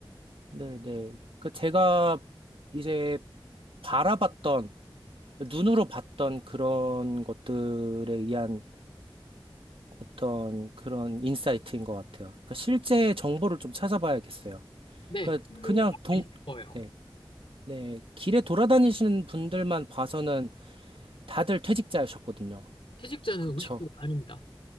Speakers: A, on the right (about 80°); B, on the left (about 80°).
A: 네네. 그 제가 이제 바라봤던, 눈으로 봤던 그런 것들에 의한 어떤 그런 인사이트인 것 같아요. 그러니까 실제 정보를 좀 찾아봐야겠어요.
B: 네,
A: 그러니까
B: 그
A: 그냥
B: 아마
A: 동,
B: 있을 거예요.
A: 네, 네. 길에 돌아다니시는 분들만 봐서는 다들 퇴직자셨거든요.
B: 퇴직자는
A: 그쵸.
B: 50대가 아닙니다.